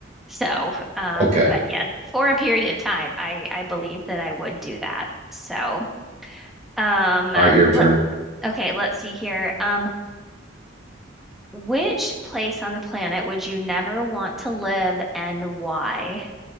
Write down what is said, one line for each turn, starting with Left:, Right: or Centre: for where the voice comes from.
Centre: So, um,
Right: Okay.
Centre: but yes, for a period of time, I I believe that I would do that. So, um,
Right: All right, your
Centre: let
Right: turn.
Centre: okay, let's see here. Um, Which place on the planet would you never want to live and why?